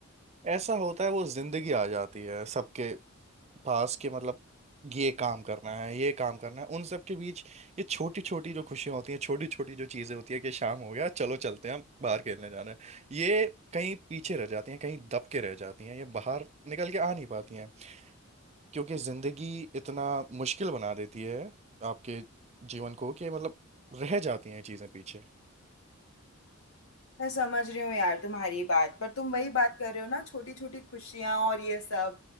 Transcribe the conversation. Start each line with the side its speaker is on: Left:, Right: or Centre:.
Right: ऐसा होता है वो जिंदगी आ जाती है सबके पास कि मतलब ये काम करना है ये काम करना है उन सब के बीच ये छोटी छोटी जो खुशियां होती हैं छोटी छोटी जो चीजें होती है कि शाम हो गया चलो चलते हैं हम बाहर खेलने जाना है ये कहीं पीछे रह जाती हैं कहीं दब के रह जाती हैं ये बाहर निकल के आ नहीं पाती हैं क्योंकि जिंदगी इतना मुश्किल बना देती है आपके जीवन को कि मतलब रह जाती हैं ये चीजें पीछे
Left: मैं समझ रही हूँ यार तुम्हारी बात पर तुम वही बात कर रहे हो ना छोटी छोटी खुशियां और ये सब